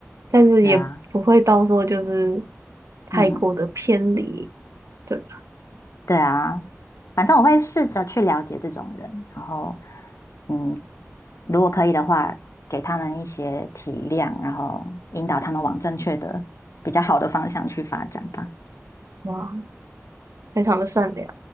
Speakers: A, on the right; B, on the left.
A: 但是也不会到说就是
B: 对啊，
A: 太过的偏离，
B: 嗯，
A: 对吧？
B: 对啊，反正我会试着去了解这种人，然后，嗯，如果可以的话，给他们一些体谅，然后引导他们往正确的、比较好的方向去发展吧。
A: 哇，非常的善良，